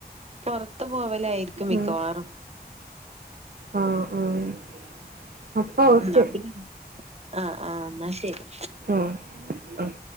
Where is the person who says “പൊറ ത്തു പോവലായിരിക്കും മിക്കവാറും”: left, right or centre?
Right